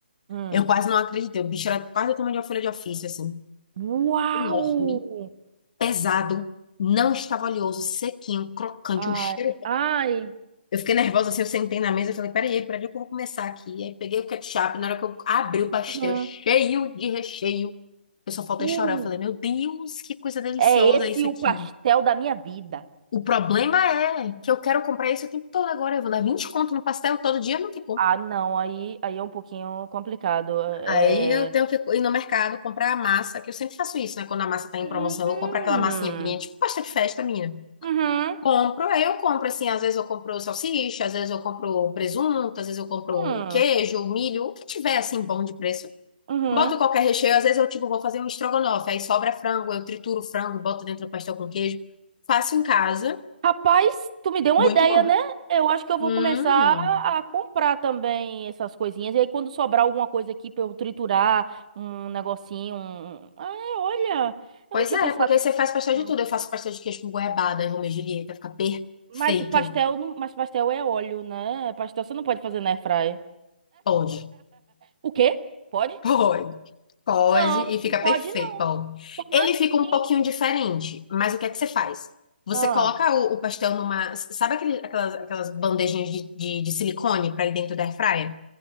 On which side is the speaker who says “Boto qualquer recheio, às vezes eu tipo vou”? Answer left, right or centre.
Left